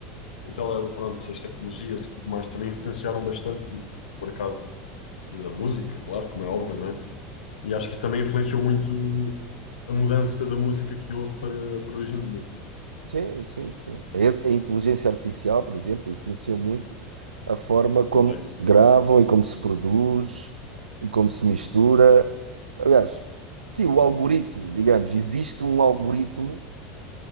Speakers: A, on the left (about 65°); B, on the right (about 75°).
A: ela, pronto, as tecnologias e tudo mais também influenciaram bastante o o mercado de- de- da música, claro, como é óbvio, não é? E acho que isso também influenciou muito a mudança da música que houve para, para hoje em dia
B: Sim, sim, sim. A, in- a inteligência artificial, por exemplo, influenciou muito a forma como
A: também.
B: se gravam e como se produz e como se mistura. Aliás, sim, o algoritmo, digamos, existe um algoritmo